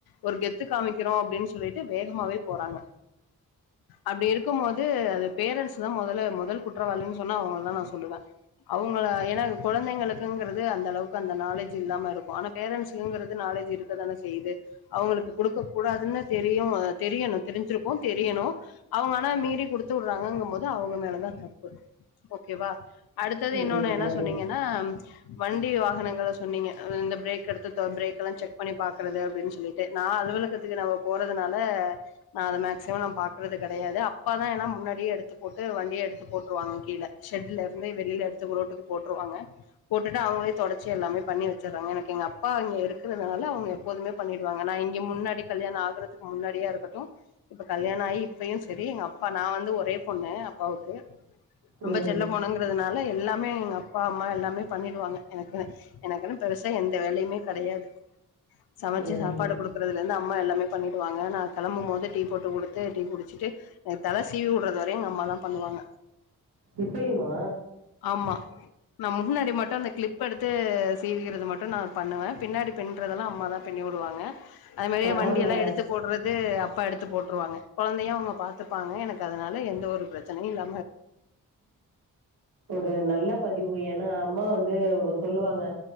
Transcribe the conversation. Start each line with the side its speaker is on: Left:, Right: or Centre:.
Left: ஒரு கெத்து காமிக்கிறோ அப்டின்னு சொல்லிட்டு வேகமாவே போறாங்க அப்டி இருக்கும் போது அது பேரண்ட்ஸ் தா மொதல மொதல் குற்றவாளினு சொன்னா அவங்களதா நா சொல்லுவே அவங்கள ஏன்னா குழந்தைங்களுக்குங்கிறது அந்த அளவுக்கு அந்த நாலேஜ் இல்லாம இருக்கும் ஆனா பேரண்ட்ஸு இவுங்ளுக்கு நாலேஜ் இருக்க தானே செய்யுது அவுங்ளுக்கு குடுக்க கூடாதுன்னு தெரியு தெரியணு தெரிஞ்சிருக்கு தெரியணு அவங்க ஆனா மீறி குடுத்து வுடுறாங்கங்கும் போது அவங்க மேலதா தப்பு ஓகேவா அடுத்தது
Right: ம்.
Left: என்னொன்னு என்னா
Right: கண்டிப்பா.
Left: சொன்னீங்கன்னா வண்டி வாகனங்கள சொன்னீங்க இந்த பிரேக் எடுத்து பிரேக் எல்லா செக் பண்ணி பாக்குறது அப்டின்னு சொல்லிட்டு நா அலுவலகத்துக்கு நம்ப போறதுனால நா அத மேக்சிமம் ந பாக்குறது கெடையாது அப்பா தா ஏன்னா முன்னாடியே எடுத்து போட்டு வண்டியே எடுத்து போட்டுருவாங்க கீழ ஷெட்ல இருந்து வெளியில எடுத்து ரோட்டுக்கு போட்டுருவாங்க போட்டுட்டு அவங்களே தொடச்சி எல்லாமே பண்ணி வச்சர்றாங்க எனக்கு எங்க அப்பா இங்க இருக்கறதுனால அவங்க எப்போதுமே பண்ணிடுவாங்க நா இங்க முன்னாடி கல்யாணோ ஆகறதுக்கு முன்னாடியா இருக்கட்டும் இப்ப கல்யாணோ ஆகி இப்பயு சரி எங்க அப்பா நா வந்து ஒரே பொண்ணு அப்பாவுக்கு ரொம்ப
Right: ம்.
Left: செல்ல பொண்ணுங்கறதுனால எல்லாமே எங்க அப் அப்பா அம்மா எல்லாமே பண்ணிடுவாங்க எனக்குன்னு எனக்குன்னு பெருசா எந்த வேலையுமே கெடையாது சமைச்சு
Right: ம்.
Left: சாப்பாடு குடுக்கறதுல இருந்து அம்மா எல்லாமே பண்ணிடுவாங்க நா கெளம்பு போது டீ போட்டு குடுத்து டீ குடிச்சிட்டு எனக்கு தல சீவி வுடுறது வரையு எங்க அம்மாதா பண்ணுவாங்க
Right: இப்பையுமா
Left: ஆமா நா முன்னாடி மட்டு அந்த கிளிப்ப எடுத்து சீவிக்கிறது மட்டு நா பண்ணுவே பின்னாடி பிண்றதெல்லா அம்மா தா பிண்ணி வுடுவாங்க அது மாரியே
Right: பரவால்ல
Left: வண்டி எல்லா எடுத்து போடுறது அப்பா எடுத்து போடு வுட்ருவாங்க கொழந்தையு அவங்க பாத்துப்பாங்க எனக்கு அதனால எந்த ஒரு பிரச்சனையு இல்ல
Right: ஒரு நல்ல பதிவு ஏனா அம்மா வந்து வந்து சொல்லுவாங்க